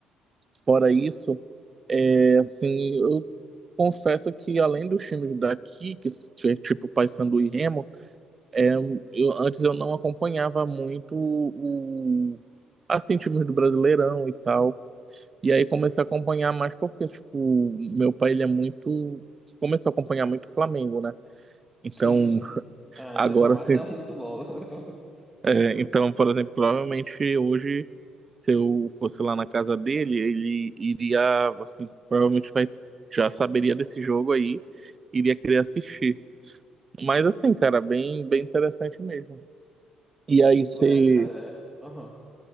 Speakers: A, on the right; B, in the centre.
A: fora isso, é, assim, eu confesso que além dos times daqui, que é tipo Paysandu e Remo, é, eu, antes eu não acompanhava muito o, assim, times do Brasileirão e tal. E aí comecei a acompanhar mais porque, tipo, meu pai, ele é muito... Começou a acompanhar muito o Flamengo, né? Então,
B: Sim. Ah,
A: agora,
B: isso é bom.
A: assim,
B: Isso é muito bom. <laughs>
A: É, então, por exemplo, provavelmente hoje, se eu fosse lá na casa dele, ele iria, assim, provavelmente vai, já saberia desse jogo aí, iria querer assistir. Mas assim, cara, bem, bem interessante mesmo. E aí você,
B: É, cara. é- Aham.